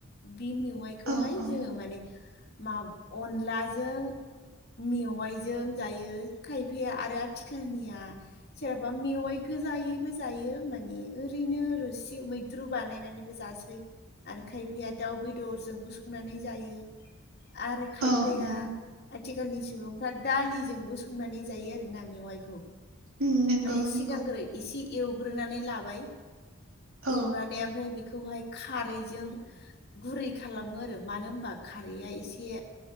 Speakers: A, on the left; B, on the right.
A: बे मेवाइखौहाय
B: औ औ
A: जोङो माने मा अनलाजों मेवाइजों जायो खायफाया आरो आथिखालनिया सोरहाबा मेवाइ गोजायैबो जायो माने ओरैनो रोसि मैद द्रु बानायनानैबो जासै आरो खायफाया दाउ बेदरजोंबो संनानै जायो आरो खायफाया
B: औ उम
A: आथिखालनि सुबुंफ्रा दालिजोंबो संनानै जायो आरोना मेवाइखौ
B: उम नंगौ
A: माने सिगांग्रो
B: नंगौ
A: एसे एवग्रोनानै लाबाय
B: औ
A: एवनानै ओमफ्राय बेखौहाय खारैजों गुरै खालामो आरो मानो होनबा खारैया एसे